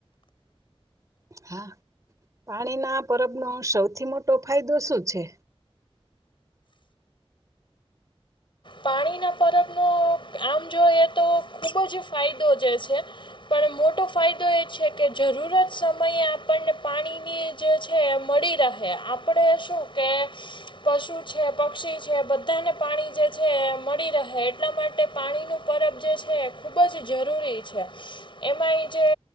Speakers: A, on the right; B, on the left.
A: હા પાણીના પરબનો સૌથી મોટો ફાયદો શું છે
B: પાણીના પરબનો આમ જોઈએ તો ખુબ જ ફાયદો જે છે પણ મોટો ફાયદો એ છે કે જરૂરત સમયે આપણને પાણીની જે છે મળી રહે આપણે શું કે પશુ છે પક્ષી છે બધાને પાણી જે છે મળી રહે એટલા માટે પાણીનું પરબ જે છે એ ખૂબ જ જરૂરી છે. એમાં એ જે